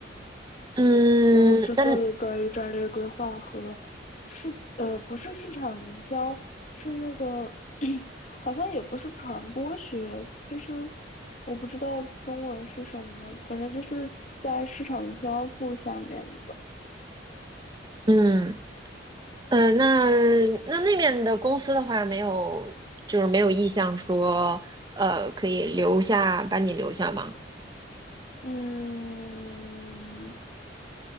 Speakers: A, on the right; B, on the left.
A: 嗯，
B: 然后是做的关于战略规划和市呃不是市场营销，
A: 那
B: 是那个 <clears throat> 好像也不是传播学，就是我不知道中文是什么，反正就是在市场营销部下面的。
A: 嗯。嗯，那那那面的公司的话，没有，就是没有意向说，呃，可以留下，把你留下吗？
B: 嗯，